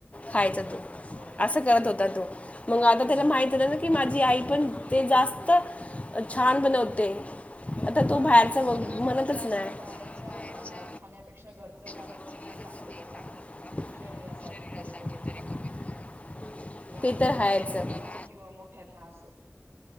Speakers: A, on the left; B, on the right.
A: खायचा तो
B: बरोबर
A: असं करत होता तो मग आता त्याला माहित ना की माझी आई पण ते जास्त छान बनवते आता तो
B: पण
A: बाहेरचा
B: ना मला
A: मग
B: तर असं
A: म्हणतच
B: वाटतं
A: नाही
B: ना बाहेरच्या
A: बाहेरच्या
B: अ खाण्यापेक्षा घरचं खाणं
A: घरचं
B: कधी
A: झालं तर ते
B: चांगलं बघत
A: चांगलं होतं
B: शरीरासाठी
A: शरीरासाठी
B: तरी कमीत
A: तरी,
B: कमी
A: कमीत कमी
B: लहान
A: ते तर
B: मुलांना
A: आहेच
B: असो किंवा मोठ्यांना असो